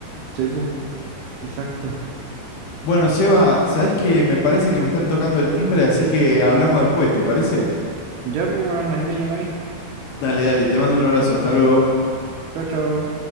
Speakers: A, on the right; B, on the left.
A: Sí, pues, exacto.
B: Bueno, Seba, ¿sabés qué? Me parece que me están tocando el timbre, así que hablamos después, ¿te parece?
A: Ya, pues, bueno, ahí me llamáis.
B: Dale, dale, te mando un abrazo, hasta luego.
A: Chao, chao.